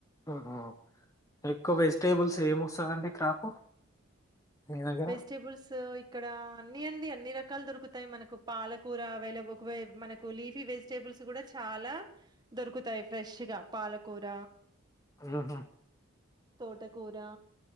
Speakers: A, on the left (about 15°); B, on the right (about 20°).
A: ఆహా ఎక్కువ వెజిటేబుల్స్ ఏమి వస్తాయి అండి క్రాపు మీ దగ్గర?
B: వెజిటేబుల్స్ ఇక్కడ అన్ని అండి అన్ని రకాలు దొరుకుతాయి మనకు పాలకూర అవైల ఒక మనకు లీఫీ వెజిటేబుల్స్ కూడా చాలా దొరుకుతాయి ఫ్రెష్ గా పాలకూర
A: ఊహూ
B: తోటకూర